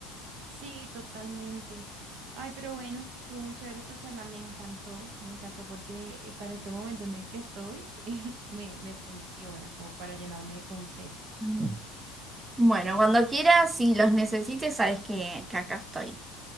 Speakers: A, on the right (about 55°); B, on the right (about 20°).
A: Sí, totalmente. Ay, pero bueno, estuvo muy chévere esta charla. Me encantó, me encantó porque eh, para este momento en el que estoy, <laughs> me, me funciona como para llenarme de consejos.
B: Mm. Bueno, cuando quieras, si los necesites, sabes que, que acá estoy.